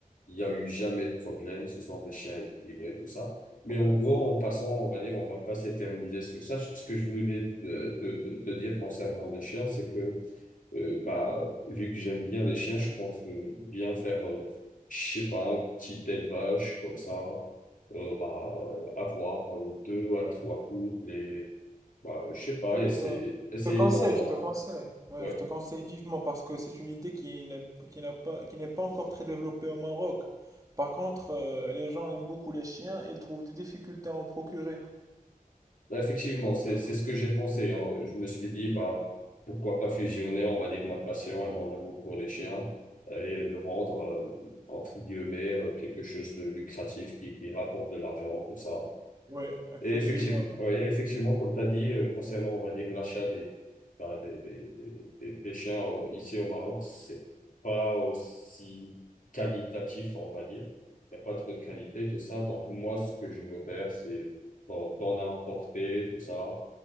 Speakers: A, on the left (about 65°); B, on the right (about 25°).
A: Il y a eu jamais de problème. Ce sont des chiens équilibrés, tout ça. Mais
B: Ouais,
A: en gros,
B: non.
A: en passant, on va dire, on va pas s'éterniser sur ça. Ce que je voulais te, te, te te dire concernant les chiens, c'est que euh, bah, vu que j'aime bien les chiens, je compte euh, bien faire, euh, je sais pas, un petit élevage comme ça, euh, bah, avoir euh, deux à trois couples et, bah, je sais pas,
B: Ouais,
A: essayer,
B: ben,
A: essayer
B: je te conseille,
A: d'en vendre.
B: je te conseille. Ouais,
A: Ouais.
B: je te conseille vivement parce que c'est une idée qui n'est qui n'a pas, qui n'est pas encore très développée au Maroc. Par contre, euh, les gens aiment beaucoup les chiens et ils trouvent des difficultés à en procurer.
A: Bah, Effectivement,
B: Donc,
A: c'est, c'est ce que j'ai pensé. hein. Je me suis dit, bah, pourquoi pas fusionner, on va dire, ma passion et mon amour pour les chiens et le rendre, euh, entre guillemets, euh, quelque chose de lucratif qui, qui rapporte de l'argent, tout ça.
B: ouais, effectivement.
A: Et effectivement, ouais, effectivement, comme tu as dit, euh, concernant, on va dire, l'achat des, bah, des, des, des, des- des chiens euh, ici au Maroc, c'est pas aussi qualitatif, on va dire. Il n'y a pas trop de qualité, tout ça. Donc, moi, ce que je veux faire, c'est bon, d'en importer, tout ça.